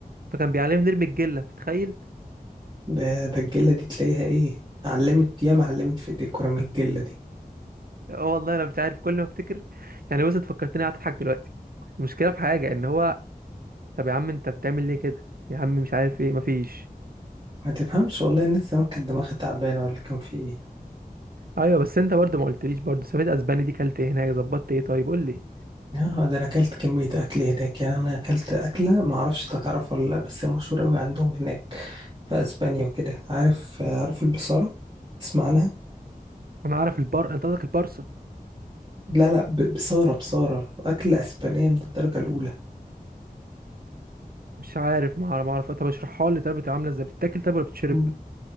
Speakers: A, on the right (about 75°); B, on the right (about 30°).
A: فكان بيعلمني نرمي الجله بتخيل
B: ده ده الجلة دي تلاقيها إيه علمت ياما علمت في إيديك كرة من الجلة دي
A: اه <laughs> والله انا مش عارف كل ما افتكر يعني بص انت فكرتني قاعد اضحك دلوقتي المشكله في حاجه ان هو طب يا عم انت بتعمل ليه كده يا عم مش عارف ايه مفيش
B: ما تفهمش والله الناس زمان كانت دماغها تعبانة ولا كان في إيه
A: ايوه بس انت برضو ما قلتليش برضو سافيت اسباني دي كلت ايه هناك ظبطت ايه طيب قول لي
B: اه ده انا اكلت كمية اكل هناك يعني انا اكلت اكلة ما اعرفش تعرف ولا لا بس مشهورة قوي عندهم هناك في اسبانيا وكده عارف عارف البصارة تسمع عنها
A: انا اعرف البر انت قصدك البارسا
B: لا لا ب- بصارة بصارة اكلة اسبانية من الدرجة الاولى
A: مش عارف ما اعرف ما اعرف طب اشرحها لي طب بتبقى عامله ازاي بتتاكل طب ولا بتشرب
B: مم.